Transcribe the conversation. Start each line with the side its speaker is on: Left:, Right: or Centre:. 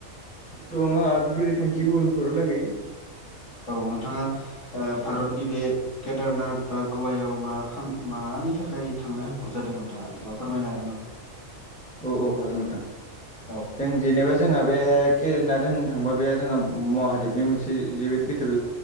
Centre: दङ' आंहा बेफोरबायदि थांखि उनफोरावलागै।
Left: औ नोंथाङा ओ भारतनि बे केदारनाथ बा गवायाव मा खा मानि थाखाय थांनाय हांखुर जादों नोंथाङा बा फोरमायना हो?
Centre: औ औ औ हागोन नोंथां।
Left: औ।
Centre: जों जेनेबा जोंहा बे केदेरनाथ होननो थांबा बे जोंहा मवादेबनि मोनसे जोबोद गिदिर